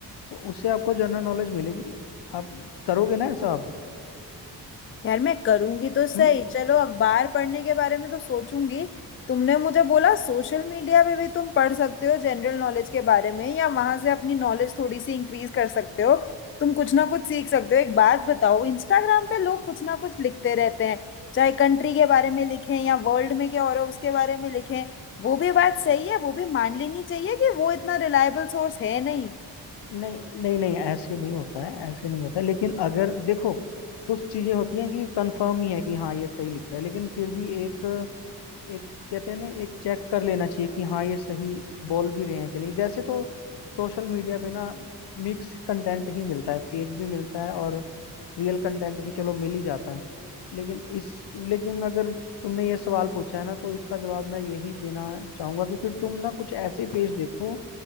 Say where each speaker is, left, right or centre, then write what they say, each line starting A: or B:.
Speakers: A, on the left (about 75°); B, on the left (about 30°).
A: तो उससे आपको जनरल नॉलेज मिलेगी आप करोगे ना ऐसा आप
B: यार मैं करूंगी तो सही
A: हम्म
B: चलो अखबार पढ़ने के बारे में तो सोचूंगी तुमने मुझे बोला सोशल मीडिया पे भी तुम पढ़ सकते हो जनरल नॉलेज के बारे में या वहां से अपनी नॉलेज थोड़ी सी इंक्रीज कर सकते हो तुम कुछ ना कुछ सीख सकते हो एक बात बताओ इंस्टाग्राम पे लोग कुछ ना कुछ लिखते रहते हैं चाहे कंट्री के बारे में लिखें या वर्ल्ड में क्या हो रहा है उसके बारे में लिखें वो भी बात सही है वो भी मान लेनी चाहिए कि वो इतना रिलायबल सोर्स है नहीं
A: नहीं नहीं नहीं ऐसे नहीं होता है ऐसे नहीं होता है लेकिन अगर देखो कुछ चीजें होती हैं कि कंफर्म ही है कि हाँ ये सही लिख रहा है लेकिन फिर भी एक एक कहते हैं ना एक चेक कर लेना चाहिए कि हाँ ये सही बोल भी रहे हैं कि नहीं वैसे तो सोशल मीडिया पे ना मिक्स कंटेंट ही मिलता है फेक भी मिलता है और रियल कंटेंट भी चलो मिल ही जाता है लेकिन इस लेकिन अगर तुमने ये सवाल पूछा है ना तो इसका जवाब मैं यही देना चाहूंगा कि फिर तुम ना कुछ ऐसे पेज देखो